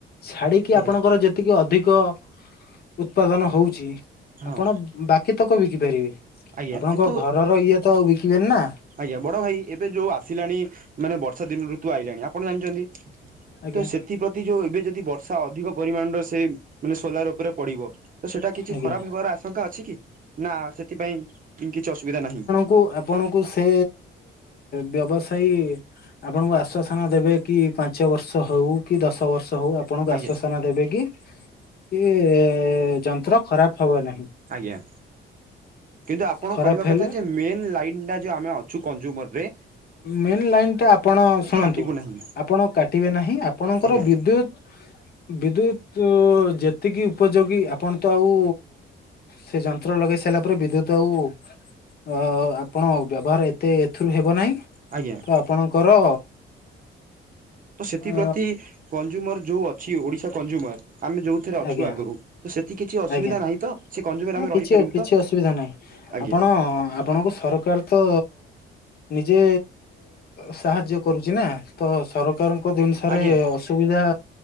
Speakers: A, on the left; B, on the right.
A: ଛାଡିକି
B: ଆଜ୍ଞା
A: ଆପଣଙ୍କର ଯେ ତିକି ଅଧିକ ଉତ୍ପାଦନ ହଉଛି
B: ହଁ
A: ଆପଣ ବାକି ତକ ବିକି ପାରିବେ
B: ଆଜ୍ଞା
A: ଆପଣଙ୍କ
B: କିନ୍ତୁ
A: ଘରର ଇଏ ତ ଆଉ ବିକିବେନି ନା।
B: ଆଜ୍ଞା। ବଡ ଭାଇ ଏବେ ଯୋଉ ଆସିଲାଣି ମାନେ ବର୍ଷା ଦିନ ଋତୁ ଆଇଲାଣି ଆପଣ ଜାଣିଛନ୍ତି
A: ଆଜ୍ଞା
B: ତ ସେଥିପ୍ରତି ଯୋଉ ଏବେ ଯଦି ବର୍ଷା ଅଧିକ ପରିମାଣରେ ସେ ମାନେ ସୋଲାର ଉପରେ ପଡ଼ିବ ତ ସେଇଟା କିଛି
A: ଆଜ୍ଞା
B: ଖରାପ ହେବାର ଆଶଙ୍କା ଅଛି କି ନା ସେଥିପାଇଁ କିଛି ଅସୁବିଧା ନାହିଁ?
A: କୁ ଆପଣଙ୍କୁ ସେ ବ୍ୟବସାୟୀ ଆପଣଙ୍କୁ ଆଶ୍ଵାସନା ଦେବେ କି ପାଞ୍ଚ ବର୍ଷ ହଉ କି ଦଶ ବର୍ଷ ହଉ ଆପଣଙ୍କୁ
B: ଆଜ୍ଞା
A: ଆଶ୍ଵାସନା ଦେବେ କି। କି ଯନ୍ତ୍ର ଖରାପ ହବ ନାହିଁ।
B: ଆଜ୍ଞା। କିନ୍ତୁ ଆପଣ
A: ଖରାପ
B: କହିବା
A: ହେଲେ
B: କଥା ଯେ ମେନ୍ ଲାଇନ୍ଟା ଯେ ଆମେ ଅଛୁ କଂଜ୍ୟୁମର ରେ
A: ମେନ୍ ଲାଇନ୍ ଟା ଆପଣ ଶୁଣନ୍ତୁ
B: କାଟିବୁ ନାହିଁ
A: ଆପଣ କାଟିବେ ନାହିଁ ଆପଣଙ୍କର
B: ଆଜ୍ଞା
A: ବିଦ୍ୟୁତ ବିଦ୍ୟୁତ ଯେତିକି ଉପଯୋଗୀ ଆପଣ ତ ଆଉ ସେ ଯନ୍ତ୍ର ଲଗେଇ ସାରିଲା ପରେ ବିଦ୍ୟୁତ ଆଉ ଅ ଆପଣ ବ୍ୟବହାର ଏତେ ଏଥିରୁ ହେବ ନାହିଁ।
B: ଆଜ୍ଞା।
A: ତ ଆପଣଙ୍କର
B: ତ ସେଥିପ୍ରତି
A: ଅ
B: କଂଜୁମର ଯୋଉ ଅଛି ଓଡିଶା କଂଜୁମର ଆମେ ଯୋଉଥିରେ ଅଛୁ
A: ଆଜ୍ଞା
B: ଆଗରୁ ତ ସେତିି କିଛି ଅସୁବିଧା
A: ଆଜ୍ଞା
B: ନାହିଁ ତ ସେ କନଜୁମର
A: ନାଇଁ
B: ଆମେ
A: କିଛି
B: ରହିପାରିବୁ
A: କିଛି
B: ତ?
A: ଅସୁବିଧା ନାହିଁ
B: ଆଜ୍ଞା
A: ଆପଣ ଆପଣଙ୍କୁ ସରକାର ତ ନିଜେ ସାହାଯ୍ୟ କରୁଛି ନା ତ ସରକାର ଜିନିଷରେ
B: ଆଜ୍ଞା
A: ଅସୁବିଧା